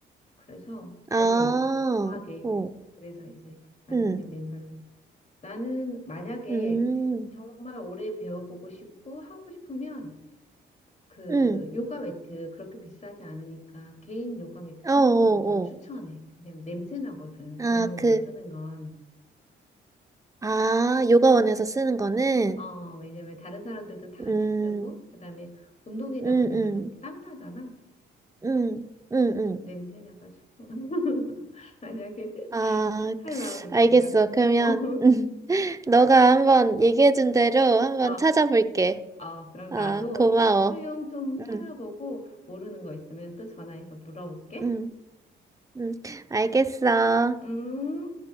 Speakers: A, on the left; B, on the right.
A: 그래서
B: 아,
A: 너무 과하게
B: 오,
A: 그래서 이제 나는
B: 응,
A: 그냥 맨발로 해. 나는 만약에
B: 음,
A: 정말 오래 배워보고 싶고 하고 싶으면 그
B: 응.
A: 요가 매트 그렇게 비싸지 않으니까 개인 요가 매트
B: 어,
A: 사는
B: 어,
A: 것도 좀 추천해.
B: 어.
A: 왜냐면 냄새 나거든.
B: 아,
A: 공용으로
B: 그,
A: 쓰는 건.
B: 아, 요가원에서 쓰는 거는,
A: 어, 왜냐면 다른 사람들도 다 같이
B: 음,
A: 쓰고, 그 다음에 운동이다
B: 음,
A: 보니까
B: 음,
A: 좀 땀나잖아.
B: 음,
A: 그래서
B: 음, 음.
A: 좀 냄새 나가지고. <laughs> 만약에
B: 아,
A: 할 마음이 있으면.
B: 알겠어. 그러면
A: 어,
B: <laughs>
A: <laughs>
B: 너가 한번 얘기해준 대로 한번
A: 어,
B: 찾아볼게.
A: 어, 그럼
B: 아,
A: 나도
B: 고마워.
A: 수영 좀 찾아보고
B: 응,
A: 모르는 거 있으면 또 전화해서 물어볼게.
B: 응, 응. 알겠어.
A: 음.